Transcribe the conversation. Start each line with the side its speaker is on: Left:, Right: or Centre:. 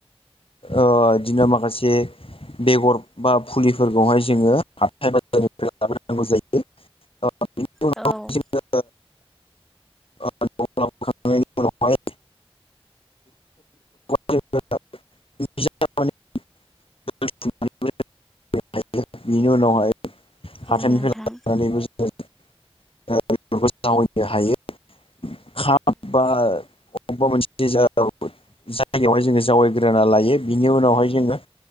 Left: ओ बिदिनो माखासे बेगर बा फुलिफोरखौहाय जोङो हाथाय बाजारनिफ्राय लाबोनांगौ जायो बेनि उनाव
Centre: औ
Left: जोङो ओ न'आव लाबोखांनायनि उनावहाय <unintelligible> <unintelligible> बिनि उनावहाय हाथाइनिफ्राय
Centre: नोंथां औ
Left: लानानैबो
Centre: नोंथां
Left: ज <unintelligible> <unintelligible> जायगायावहाय जोङो जावायग्रोना लायो बिनि उनावहाय जोङो